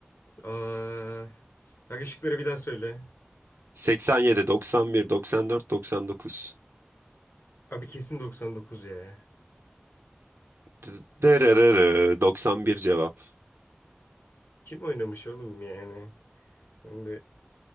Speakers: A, on the left; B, on the right.
A: Aa, bak ışıkları bir daha söyle.
B: 87, 91, 94, 99.
A: Abi kesin 99 ya.
B: D- Dırırırı, 91 cevap.
A: Kim oynamış oğlum yani? Hem